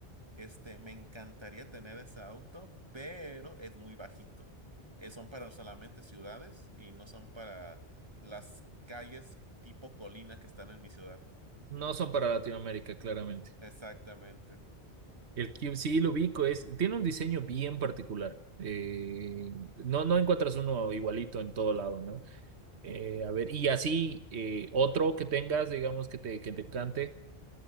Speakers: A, on the right (about 25°); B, on the right (about 75°).
A: Este, me encantaría tener ese auto, pero es muy bajito. Eh, son para solamente ciudades y no son para las calles tipo colina que están en mi ciudad.
B: No son para Latinoamérica, claramente.
A: Exactamente.
B: El Cube sí lo ubico, es, tiene un diseño bien particular. Eh, no, no encuentras uno igualito en todo lado, ¿no? Eh, a ver, y así eh, otro que tengas, digamos, que te, que te encante.